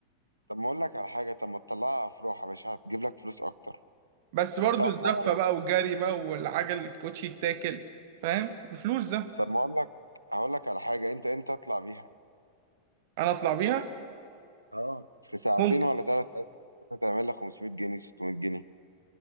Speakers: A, on the right; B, on the right.
A: طب ما اقول لك على حاجة طب ما تطلعها افراح يا باشا هتجيب لك فلوس اكتر
B: بس برضو
A: حطها
B: الزفة
A: في معرض
B: بقى والجري بقى والعجل اللي الكوتشي يتاكل فاهم بفلوس ده
A: طب ما اقول لك هقول لك على حاجة انت انت اطلع بيها
B: انا اطلع بيها
A: اه في ساعتين
B: ممكن
A: ولا ثلاث ساعات هتعمل لك 500 جنيه 600 جنيه